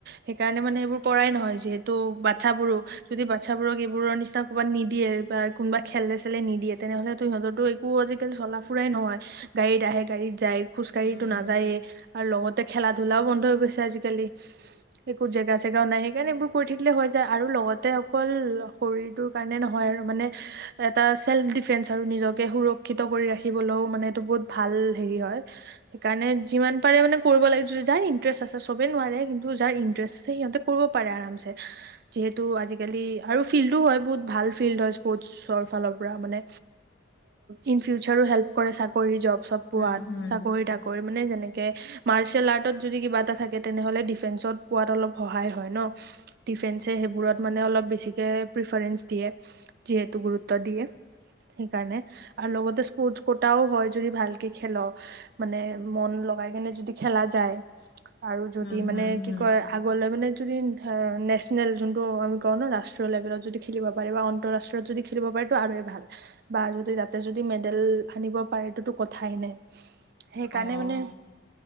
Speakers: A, on the right (about 55°); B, on the left (about 65°).
A: সেইকাৰণে মানে সেবোৰ কৰাই নহয় যিহেতু বাচ্ছাবোৰো যদি বাচ্ছাবোৰক এইবোৰৰ নিচিনা ক'বাত নিদিয়ে বা কোনোবা খেলে চেলে নিদিয়ে তেনেহলেতো সিহঁতৰো একো আজিকালি চলা ফুৰাই নহয় গাড়ীত আহে গাড়ীত যায় খোজকাাঢ়িতো
B: উম
A: নাযায়েই আৰু লগতে খেলা ধুলাও বন্ধ হৈ গৈছে আজিকালি একো জেগা চেগাও নাই সেইকাৰণে এইবোৰ কৰি থাকিলে হৈ যায় আৰু লগতে অকল শৰীৰটোৰ কাৰণে নহয় আৰু মানে এটা চেল্ফ ডিফেন্ঞ্চ আৰু নিজকে সুৰক্ষিত কৰি ৰাখিবলৈও মানে এইটো বহুত ভাল হেৰি হয় সেইকাৰণে যিমান পাৰে মানে কৰিব লাগে য যাৰ ইণ্টাৰেষ্ট আছে চবেই নোৱাৰে কিন্তু যাৰ ইণ্টাৰেষ্ট আছে সিহঁতে কৰিব পাৰে আৰামছে যিহেতু আজিকালি আৰু ফিল্ডো হয় বহুত ভাল ফিল্ড হয় স্পৰ্টচ ফালৰ পৰা মানে ইন ফিউচাৰো হেল্প কৰে চাকৰি জব চব পোৱাত
B: উম, হুম,
A: চাকৰি তাকৰি মানে যেনেক কে মাৰচেল আৰ্টত যদি কিবা এটা থাকে তেনেহলে ডিফেন্সত পোৱাত অলপ সহায় হয় ন ডিফেন্সে সেইবোৰত মানে অলপ বেছিকে প্ৰিফাৰেঞ্চ দিয়ে যিহেতু গুৰু গুৰুত্ব দিয়ে সেইকাৰণে আৰু লগতে স্পৰ্ট কটাও হয় যদি ভালকে খেল মানে মন লগাই কেনে যদি খেলা যায় আৰু যদি
B: হুম,
A: মানে
B: হুম, হুম,
A: কি কয় আগলৈ মানে যদি অ ধৰ নেচনেল যোনটো আমি কওঁ ন ৰাষ্ট্ৰীয় লেভেলত যদি খেলিব পাৰি বা আন্তঃৰাষ্ট্ৰীয়ত যদি খেলিব পাৰি ত আৰুয়ে ভাল বা যদি তাতে যদি মেদ তেল সানিব পাৰেটোত কথাই নাই সেইকাৰণে
B: অ',
A: মানে